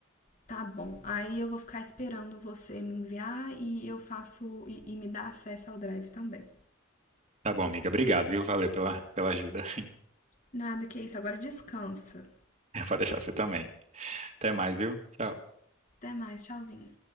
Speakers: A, on the left; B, on the right.
A: Tá bom. Aí eu vou ficar esperando você me enviar e eu faço e, e me dá acesso ao drive também.
B: Tá bom, amiga. Obrigado, viu? Valeu pela, pela ajuda. <laughs>
A: Nada que é isso, agora descansa.
B: Pode deixar você também. Até mais, viu? Tchau.
A: Até mais, tchauzinho.